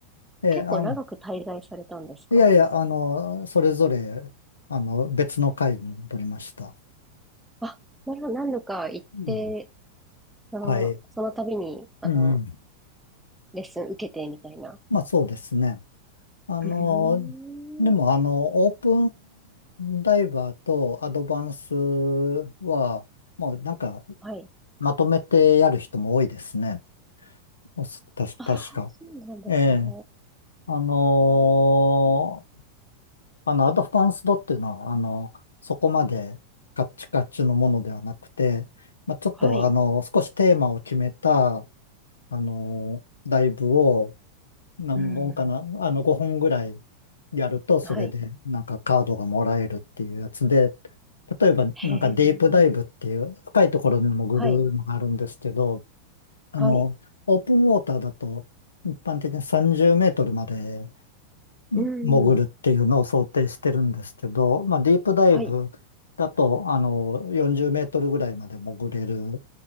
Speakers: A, on the left; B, in the centre.
A: ええ、
B: 結構長く滞在されたんですか
A: あの、いやいや、あの、それぞれ、あの、別の会に取りました。
B: あ、なら何度か行って、
A: うん。
B: あの、
A: はい。
B: その度に、あの、
A: うんうん。
B: レッスン受けてみたいな。
A: まあそうですね。あの、
B: うーん。
A: でもあの、オープンダイバーとアドバンスは、もうなんか
B: はい。
A: まとめてやる人も多いですね。おす、たし、
B: ああ、
A: 確か。
B: そうなんですね。
A: ええ。あのーあの、アドバンスドっていうのは、あの、そこまでカッチカチのものではなくて、まあ、ちょっと、
B: はい。
A: あの、少しテーマを決めた、あのーライブを何本かな、
B: うーん。
A: あの、5本ぐらいやると、それで、
B: はい。
A: なんかカードがもらえるっていうやつで、例えば、
B: へえ。
A: なんかディープダイブっていう、深いところに潜るのがあるんですけど、
B: はい。
A: あの、
B: はい。
A: オープンウォーターだと、一般的に30メートルまでん潜るっていうのを想定してるんですけど、
B: うーん。
A: まあ、ディープダイブだと、
B: はい。
A: あの、40メートルぐらいまで潜れる